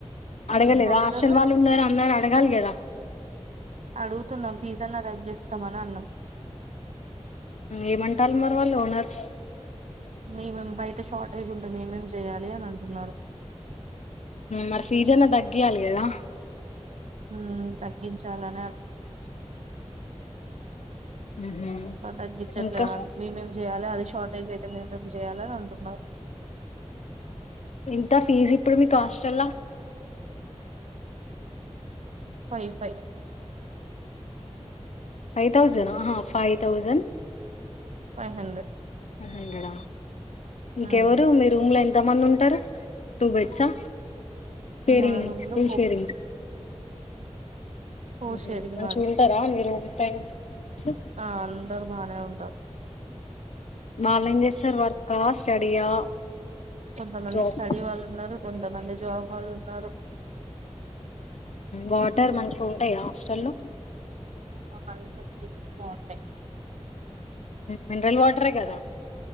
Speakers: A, on the left (about 75°); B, on the right (about 75°).
A: అడగలేదు
B: హాస్టల్లో
A: హాస్టల్ వాళ్ళు ఉన్నారు అన్నారు కల్ గద
B: అడుగుతున్నాం పిజాని తగ్గిస్తామ అని అన్నాం
A: ఏమంటారుి మరి వాళ్ళు ఓనర్స్
B: మేమేం బయట షార్టేజ్ ఉంటే మేమేం చెయ్యాలి అని అంటున్నారు
A: మరి ఫీజ అన్నా తగ్గియాలి కదా
B: హ తగ్గించాలని
A: ఉహు
B: మళ్ళీ తగ్గించట్లే
A: ఇంకా
B: వాాలి మేమేం చేయాలి అది షార్టేజ్ అయితే మేము మం చెయాలని అంటున్నారు
A: ఇంత ఫీజ్ ఇప్పుడు మీ కాస్ట్ల్లా
B: ఫైన్ ఫైన్్
A: ఫైవ్ తౌజండ్ ఆ five thousand
B: five hundred
A: hundred ఇంకెవరు
B: ఉమ్
A: మీ రూమ్ లో పెద్దమంది ఉంటారు టూ బెడ్సా షేరింగ్
B: మా రూమ్ లో
A: టూ షేరింగ్
B: ఓ
A: ఉహు
B: శరి
A: మంచిగా
B: మరి
A: ఉంటారా మీ రూమ్ ఫ్రెండ్స్
B: ఆ అందరు బానే అంట
A: వాళ్ళ ఏం చేస్తారు వర్కా స్టడీయా
B: కొంతమంది
A: జాబ్
B: స్టడీ వాళ్ళు ఉన్నారు కొంతమంది జాబ్ వాళ్ళు ఉన్నారు
A: వాటర్ మంచిగా ఉంటాయి హాస్టల్ల్లో
B: అన్ని ఫెసిలిటీస్ బాగుంటాయి
A: మినరల్ వాటర్ కదా